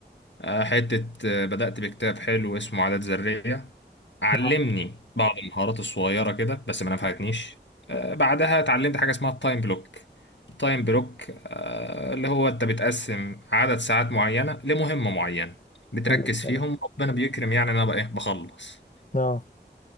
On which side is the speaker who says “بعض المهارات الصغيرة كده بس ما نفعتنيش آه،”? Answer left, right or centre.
Left